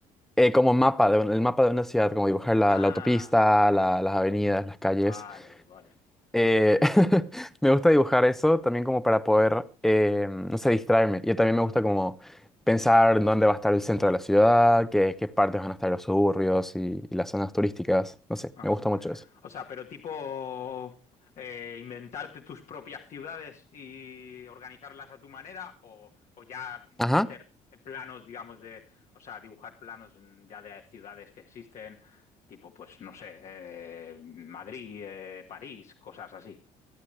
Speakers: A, in the centre; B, on the left (about 55°).
A: Eh, como mapa, de, el mapa de una ciudad, como dibujar la,
B: Ah,
A: la autopista, la- las avenidas, las calles.
B: vale, vale.
A: Eh, <laughs> me gusta dibujar eso también como para poder, eh, no sé, distraerme. Y también me gusta como pensar en dónde va a estar el centro de la ciudad, qué, qué partes van a estar los suburbios y, y las zonas turísticas. No sé,
B: Ajá.
A: me gusta mucho eso.
B: O sea, pero tipo eh, inventarte tus propias ciudades y organizarlas a tu manera, o, o ya
A: Ajá.
B: hacer planos, digamos, de, o sea, dibujar planos mm, ya de ciudades que existen, tipo, pues, no sé, eh, Madrid, eh, París, cosas así.